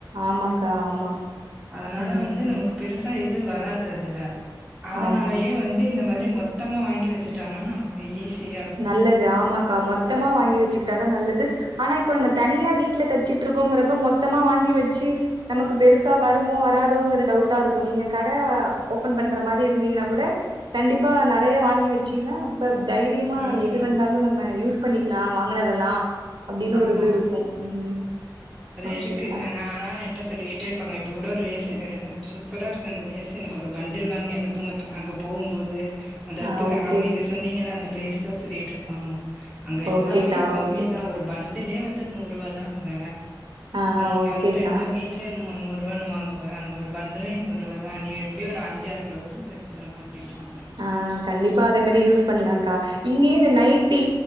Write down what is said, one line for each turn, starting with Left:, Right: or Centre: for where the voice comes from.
Right: ஆமாங்க்கா ஆமா
Centre: அதனால
Right: ம்
Centre: வந்து நமக்கு பெருசா எது வராது அதுல அதனாலயே
Right: ஆமா
Centre: வந் வே இந்த மாதிரி மொத்தமா வாங்கி வெச்சுட்டானா நமக் செய்யவே செய்யாது
Right: நல்லது ஆமாங்க்கா மொத்தமா வாங்கி வச்சிக்கிட்டாதா நல்லது ஆனா இப்ப நம்ம தனியா வீட்ல தச்சிட்டு இருக்கோங்கிறப்ப மொத்தமா வாங்கி வச்சி நமக்கு பெருசா வருமோ வராதோங்குற டவுட்டா இருக்கு நீங்க கட ஓபன் பண்ற மாரி இருந்தீங்கன்னா கூட கண்டிப்பா நெறைய வாங்கி வச்சீங்கனா அப்ப தைர் தீமா
Centre: ம்
Right: எது வந்தாலு நம்ம யூஸ் பண்ணிக்லா வாங்கனதெல்லா அப்டினு
Centre: ஆமா
Right: ஒரு இது இருக்கு ம்
Centre: அது
Right: ஓகேக்கா
Centre: இருக்கு நானா இன் என்ட்ட சொல்லிக்கிட்டே இருப்பாங்க இப்ப கூட ஒரு லேஸ் சூப்பரா இருக்கு அந்த லேஸ் எனக்கு ஒரு பண்டில் வாங்கி அனுப்புங்கப்பா அங்க போம்போது அந்த
Right: ஆ
Centre: எடத்துக்கு
Right: ஓகே
Centre: அவ நீங்க சொன்னீங்கல்லா அந்த பிளேஸ்தா சொல்லிட்டு இருப்பாங்க அங்க எல்லாமே
Right: ஓகேக்கா
Centre: கம்மிதா
Right: ஓகே
Centre: ஒரு பண்டுலே வந்து நூறுவாதா அங்க
Right: ஆ
Centre: நீங்க
Right: ஓகேக்கா
Centre: ரெண்டு மீட் ட்ரே முன்னுரூவான்னு வாங்குவ அங்க ஒரு பண்டலே நூரூவாதா நீ எப்டியு ஒரு அஞ்சாறு பிளவுஸுக்கு பிரச்சன அப்டின்னாங்க
Right: ஆ கண்டிப்பா அதே மேரி யூஸ் பண்ணலாங்க்கா இங்கியே இந்த நைட்டி